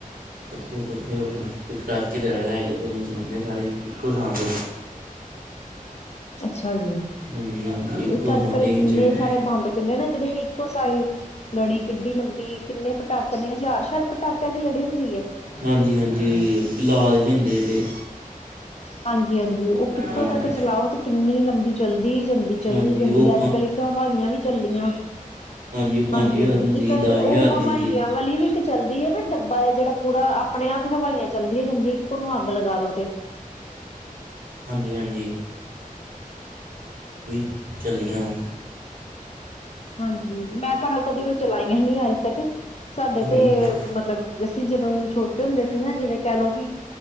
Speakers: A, on the right; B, on the left.
A: ਕੱਠੇ ਕੁੱਠੇ ਹੋਕੇ ਪਟਾਕੇ ਲੈ ਆ ਗਏ ਫਿਰ ਚਲੋਉਨੇ ਆ ਜੀ। ਸਾਰੇ ਇੱਕੋ ਸਥਾਂ ਤੇ
B: ਅੱਛਾ ਜੀ।
A: ਹਾਂਜੀ। ਇੱਕੋ
B: ਇੱਕ ਅੱਜ
A: ਥਾਂ
B: ਕਲ
A: ਤੇ ਹੀ
B: ਕਿੰਨੇ
A: ਚਲਾਉਂਦੇ
B: ਸਾਰੇ ਬੰਦ ਚੱਲੇ ਨਾ ਜਿਹੜੀ ਇੱਕੋ ਸਾਈਡ ਲੜੀ ਕਿੱਡੀ ਲੰਬੀ ਕਿੰਨੇ ਪਟਾਕੇ ਦੀ ਹਜ਼ਾਰ ਸ਼ਾਤ ਪਟਾਕਿਆਂ ਦੀ ਲੜੀ ਹੁੰਦੀ ਹੈ।
A: ਹਾਂਜੀ ਹਾਂਜੀ ਲਾਲ ਜੇ ਹੁੰਦੇ ਜਿਹੜੇ
B: ਹਾਂਜੀ ਹਾਂਜੀ ਉਹ ਕਿੱਥੋਂ
A: ਹਾਂਜੀ
B: ਤੱਕ ਚਲਾਓ ਤੇ ਕਿੰਨੀ ਲੰਬੀ ਚਲਦੀ ਜਾਂਦੀ। ਚੱਲਦੀ
A: ਹਾਂਜੀ
B: ਜਾਂਦੀ
A: ਉਹ
B: ਅੱਜ ਕਲ ਇੱਕ ਹਵਾਈਆਂ ਵੀ ਚੱਲਦੀਆਂ।
A: ਹੁੰਦੀ ਉਹ
B: ਹਾਂਜੀ ਹਾਂਜੀ
A: ਹੁੰਦੀ
B: ਇੱਕ ਉਹ ਹਵਾਈਆ
A: ਦੀ ਹੁੰਦੀ
B: ਵਾਲੀ ਵੀ ਇੱਕ ਚੱਲਦੀ ਹੈ ਨਾ ਡੱਬਾ ਆ ਜਿਹੜਾ ਪੂਰਾ ਆਪਣੇ ਆਪ ਹੀ ਹਵਾਈਆਂ ਚੱਲਦੀਆਂ ਜਾਂਦੀ ਇੱਕ ਉਹਨੂੰ ਅੱਗ ਲਗਾ ਦੋ ਤੇ।
A: ਹਾਂਜੀ ਹਾਂਜੀ <inaudible> ਚੱਲੀਆਂ ਵਾ।
B: ਹਾਂਜੀ ਮੈਂ ਪਰ ਕਦੀ ਉਹ ਚਲਾਈਆਂ ਨੀ ਅੱਜ ਤੱਕ ਸਾਡੇ
A: ਹਾਂਜੀ
B: ਤੇ ਮਤਲਬ। ਅਸੀਂ ਜਦੋਂ ਛੋਟੇ ਹੁੰਦੇ ਸੀ ਨਾ ਜਿਵੇਂ ਕਹਿ ਲਓ ਵੀ